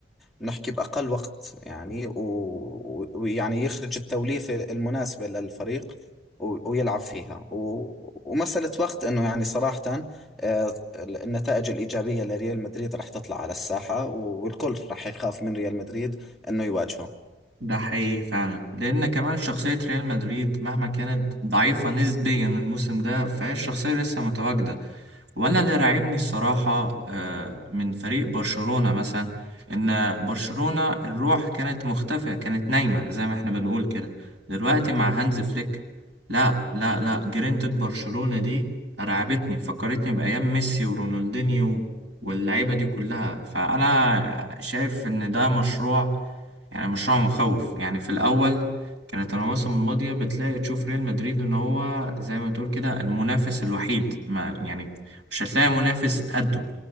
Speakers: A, in the centre; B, on the right.
A: بنحكي باقل وقت يعني و- ويعني يخرج التوليفه المناسبه للفريق و- ويلعب فيها و- ومسألة وقت انه يعني صراحة آه، النتائج الإيجابية لريال مدريد راح تطلع على الساحة والكل راح يخاف من ريال مدريد انه يواجهه
B: ده حقيقي فعلا لان كمان شخصية ريال مدريد مهما كانت ضعيفة نسبيا الموسم ده فهي الشخصية لسه متواجدة وانا اللي راعبني الصراحه آه، من فريق برشلونه مثلا ان برشلونه الروح كانت مختفيه كانت نايمه زي ما احنا بنقول كده دلوقتي مع هانز فليك لا لا لا جرينتد برشلونه دي رعبتني فكرتني بايام ميسي ورونالدينيو واللعيبه دي كلها فانا شايف ان ده مشروع يعني مشروع مخوف يعني في الاول كانت المواسم الماضيه بتلاقي تشوف ريال مدريد ان هو زي ما تقول كده المنافس الوحيد ما يعني مش هتلاقي منافس قده